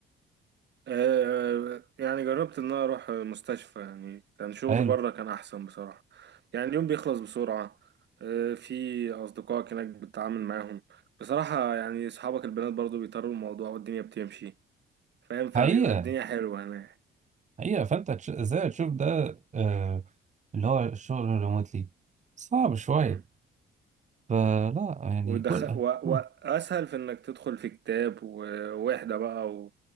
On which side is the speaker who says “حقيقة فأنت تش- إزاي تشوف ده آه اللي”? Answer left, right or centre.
Right